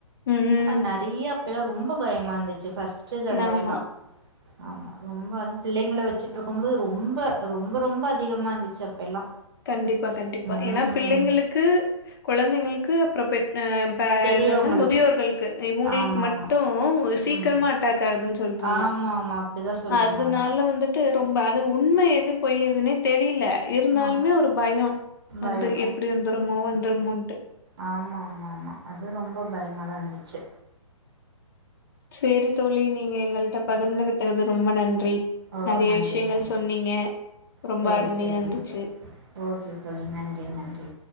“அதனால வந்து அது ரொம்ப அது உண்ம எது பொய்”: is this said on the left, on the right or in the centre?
Left